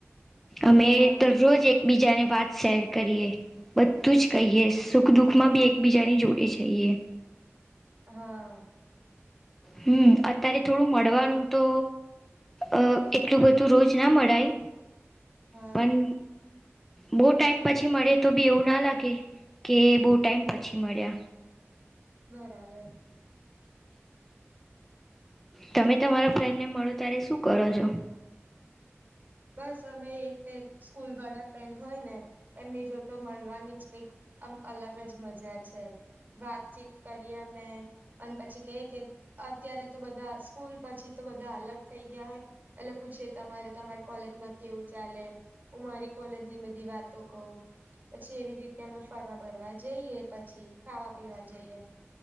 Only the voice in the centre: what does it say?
અમે
દરરોજ એક એકબીજાને વાત શેર કરીએ બધું જ કહીએ સુખ દુઃખમાં બી એકબીજાની જોડ જ હોઈએ.
હમ અત્યારે થોડું મળવાનું તો અ એટલું બધું રોજ ના મળાય
પણ બવ ટાઈમ પછી મળે તો બી એવું ના લાગે કે બવ ટાઈમ પછી મળ્યા.
તમે તમારા ફ્રેન્ડને મળો ત્યારે શું કરો છો?